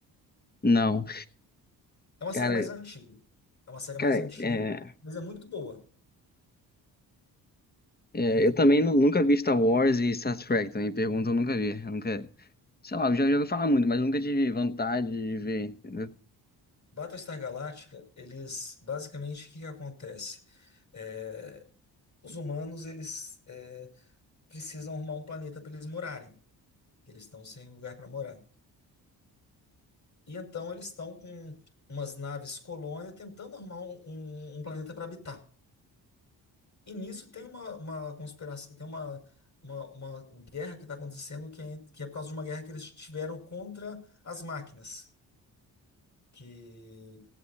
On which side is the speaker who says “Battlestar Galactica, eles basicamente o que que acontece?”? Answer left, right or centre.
Left